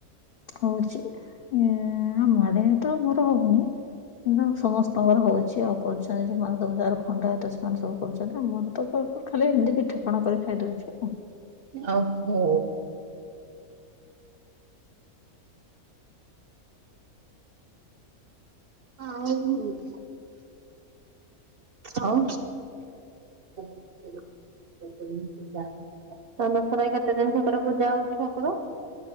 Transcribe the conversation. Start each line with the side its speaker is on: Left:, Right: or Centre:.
Left: ହଉଛି ଏ ମାଡେଆ ତ ଆମର ହଉନି। ସମସ୍ତଙ୍କର ହଉଛି ଆଉ କରୁଛନ୍ତି ଯଉମାନେ ଯାକ ଖଣ୍ଡାୟତ ସେମାନେ ସବୁ କରୁଛନ୍ତି ମୋର ତ କ ଖାଲି ଏମିତି ପିଠାପଣା କରି ଖାଇ ଦଉଛୁ।
Right: ଓହୋ। <unintelligible> <unintelligible> <unintelligible>